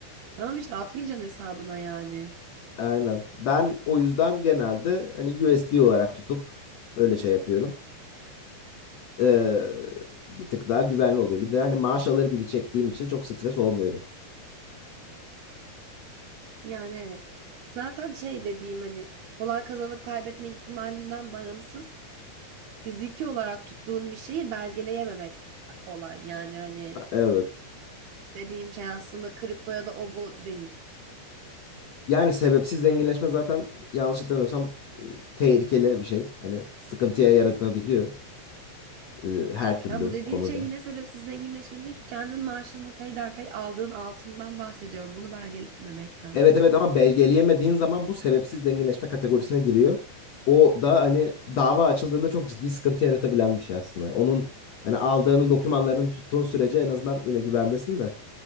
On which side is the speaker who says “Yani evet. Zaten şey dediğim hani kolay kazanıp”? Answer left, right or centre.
Right